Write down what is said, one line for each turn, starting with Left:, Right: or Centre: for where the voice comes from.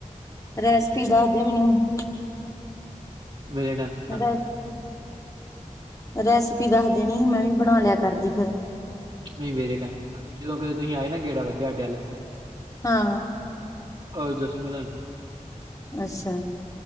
Left: ਰੈਸਪੀ ਦੱਸਦੇ ਮੈਨੂੰ
Right: ਵੇਲੇ ਟਾਈਮ ਦੱਸਾਂਗੇ
Left: ਮੇਰਾ ਰੈਸਪੀ ਦੱਸ ਦੇਣੀ ਸੀ ਮੈਂ ਵੀ ਬਣਾ ਲਿਆ ਕਰਦੀ ਫਿਰ
Right: ਨਹੀਂ ਮੇਰੇ ਕਹਿਣ ਦੱਸਾਂਗੇ ਜਦੋਂ ਕਦੇ ਤੁਸੀਂ ਆਏ ਨਾ ਗੇੜਾ ਵੱਜਾ ਹਾਡੇ ਅਲ
Left: ਹਾਂ
Right: ਅ ਦੱਸੂਗਾ ਮੈਂ
Left: ਅੱਛਾ